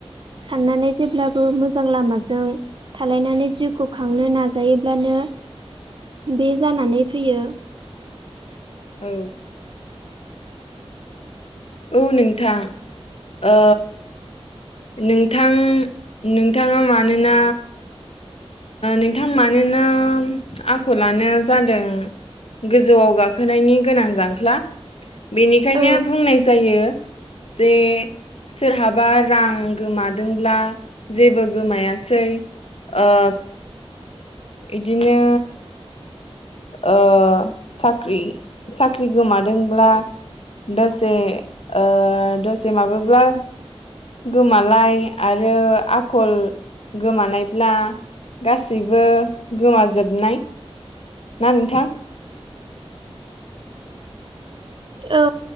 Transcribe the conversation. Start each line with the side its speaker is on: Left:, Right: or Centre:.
Right: साननानै जेब्लाबो मोजां लामाजों थालायनानै जिउखौ खांनो नाजायोब्लानो। बे जानानै फैयो।
Left: औ। औ नोंथां ओ नोंथां नोंथाङा मानोना नोंथां मानोना आख'लानो जादों गोजौआव गाखोनायनि गोनां जांख्ला। बेनिखायनो
Right: औ
Left: बुंनाय जायो जे सोरहाबा रां गोमादोंब्ला जेबो गोमायाखै ओ बिदिनो ओ साख्रि साख्रि गोमादोंब्ला दसे ओ दसे माब्ला गोमालाय आरो आखल गोमानायब्ला गासैबो गोमाजोबनाय। ना नोंथां?
Right: औ।